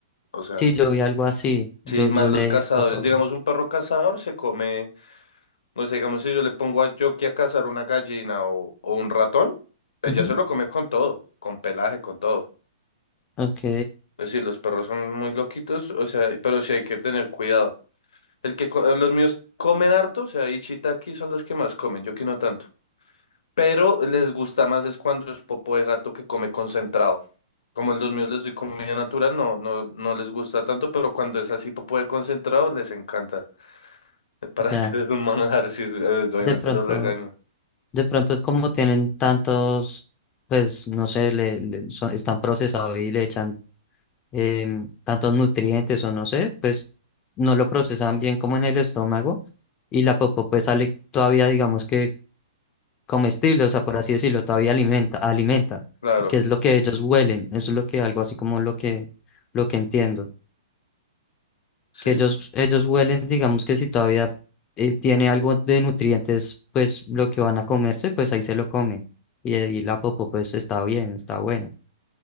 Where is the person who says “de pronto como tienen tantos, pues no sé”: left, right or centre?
Left